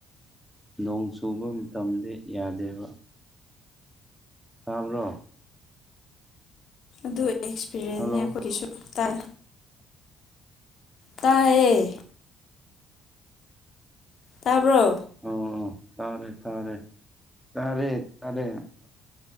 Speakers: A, in the centre; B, on the left.
A: ꯅꯣꯡ ꯆꯨꯕ ꯃꯇꯝꯗ ꯌꯥ ꯗꯦꯕ ꯇꯥꯕ꯭ꯔꯣ
B: ꯑꯗꯨ ꯑꯦꯛꯁꯄꯤꯔꯤꯌꯦꯟꯁꯅꯤ
A: ꯍꯜꯂꯣ
B: ꯑꯩꯈꯣꯏꯒꯤꯁꯨ ꯇꯥꯏ ꯇꯥꯏꯌꯦ ꯇꯑꯥꯕ꯭ꯔꯣ
A: ꯑꯣ ꯇꯔꯦ ꯇꯥꯔꯦ ꯇꯥꯔꯦ ꯑꯗꯦ